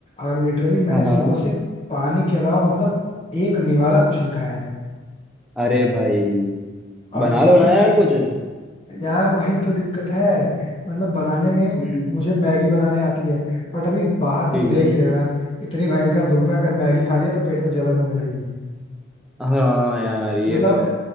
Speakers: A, on the left (about 30°); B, in the centre.
A: और लिटरली मैंने
B: हाँ
A: सुबह
B: हाँ
A: से पानी के अलावा मतलब एक निवाला कुछ नहीं खाया है
B: अरे भाई बना
A: और सच
B: लो ना
A: में
B: यार कुछ
A: यार वही तो दिक्कत है मतलब बनाने में
B: हम्म
A: मुझे मैगी बनाने आती है बट अभी बाहर तुम
B: ठीक
A: देख
B: है
A: ही रहे हो यार इतनी भयंकर धूप है अगर मैगी खा लिया तो पेट में जलन होने लगेगी
B: हाँ यार ये
A: मतलब
B: तो है